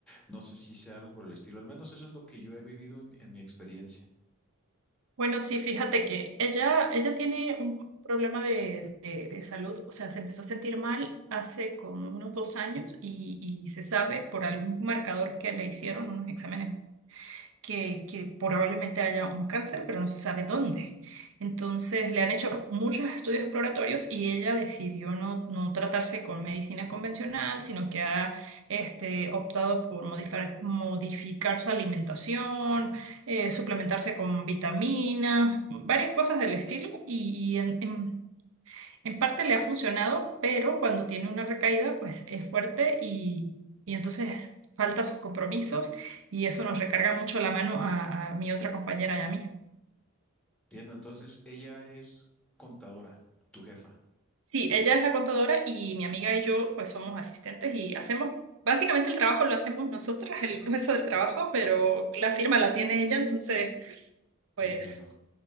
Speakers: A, in the centre; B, on the right.
A: No sé si sea algo por el estilo, al menos eso es lo que yo he vivido en, en mi experiencia.
B: Bueno, sí, fíjate que ella, ella tiene un problema de, de- de salud, o sea, se empezó a sentir mal hace como unos dos años y, y se sabe por algún marcador que le hicieron, unos exámenes que, que probablemente haya un cáncer, pero no se sabe dónde. Entonces le han hecho muchos estudios exploratorios y ella decidió no, no tratarse con medicina convencional, sino que ha este, optado por modificar, modificar su alimentación, eh, suplementarse con vitaminas, varias cosas del estilo. Y, y en- en- en parte le ha funcionado, pero cuando tiene una recaída, pues es fuerte y, y entonces falta sus compromisos y eso nos recarga mucho la mano a, a mi otra compañera y a mí.
A: Entiendo, entonces ella es contadora, tu jefa.
B: Sí, ella es la contadora y mi amiga y yo pues somos asistentes y hacemos, básicamente el trabajo lo hacemos nosotras, el grueso del trabajo, pero la firma la tiene ella, entonces pues
A: Entiendo.